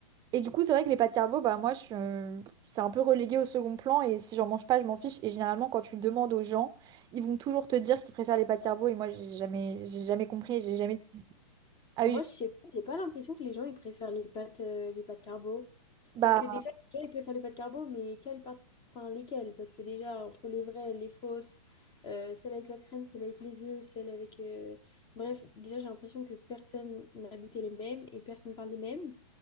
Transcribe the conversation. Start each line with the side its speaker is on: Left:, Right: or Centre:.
Right: Et du coup, c'est vrai que les pâtes carbo, bah moi, je suis, euh, c'est un peu relégué au second plan et si j'en mange pas, je m'en fiche. Et généralement, quand tu demandes aux gens, ils vont toujours te dire qu'ils préfèrent les pâtes carbo et moi, j'ai jamais, j'ai jamais compris, j'ai jamais. Ah
Left: Moi,
Right: oui,
Left: je sais pas, j'ai pas l'impression que les gens ils préfèrent les pâtes, euh, les pâtes carbo.
Right: bah
Left: Parce que déjà, les gens ils préfèrent les pâtes carbo, mais quelles pâtes, enfin lesquelles? Parce que déjà, entre les vraies, les fausses, euh, celles avec la crème, celles avec les œufs, celles avec. euh, Bref, déjà, j'ai l'impression que personne n'a goûté les mêmes et personne parle des mêmes.